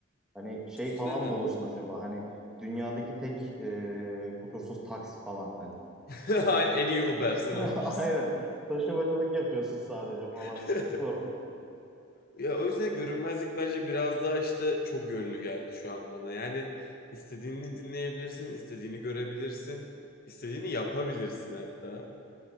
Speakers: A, in the centre; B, on the left.
A: Hani şey
B: Düşünsene.
A: falan mı olursun acaba? Hani dünyadaki tek e, kusursuz taksi falan hani.
B: <laughs> Aynen, en iyi Uber
A: <laughs>
B: sen olursun.
A: Aynen. Taşımacılık yapıyorsun sadece falan.
B: <laughs>
A: Bilmiyorum.
B: Ya o yüzden görünmezlik bence biraz daha işte çok yönlü geldi şu an bana. Yani istediğini dinleyebilirsin, istediğini görebilirsin, istediğini yapabilirsin hatta.